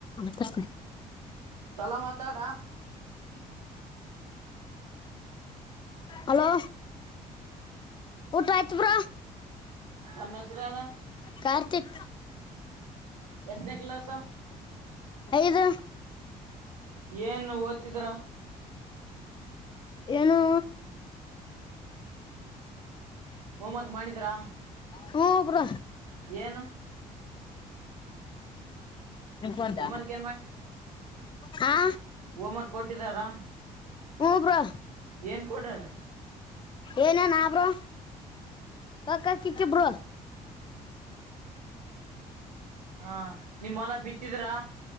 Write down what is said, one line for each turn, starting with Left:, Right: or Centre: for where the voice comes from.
Left: ಮ ಕೃಷ್ಣ
Right: ಚಲ ಮಾತಾಡಾ
Left: ಹಲೋ ಊಟ ಆಯ್ತವ್ರ
Right: ಅಮ್ಮ್ರಾನ
Left: ಕಾರ್ತಿಕ್
Right: ಎಷ್ಟನ ಕ್ಲಸ
Left: ಐದು
Right: ಏನು ಓದ್ತಿದ್ರ
Left: ಏನುೂ
Right: ಹೋಮ್ವರ್ಕ್ ಮಾಡಿದೀ್ರಾ
Left: ಹಬರ
Right: ಏನು
Left: ನಿಂತ
Right: ಹೋಮ್ ವರ್ಕ್
Left: ಹಾ
Right: ಓಮರ್ ಕೊಟ್ಟಿದಾರಾ
Left: ಹೂ ಬ್ರೋ
Right: ಏನ್ ಕೊಡದ
Left: ಏನೇನ್ಬ್ರು ಕ ಕಿಕ್ಕಿಬರು
Right: ಹಾ ನಿಮ್ಮಲ ಬಿತ್ತಿದ್ರಾ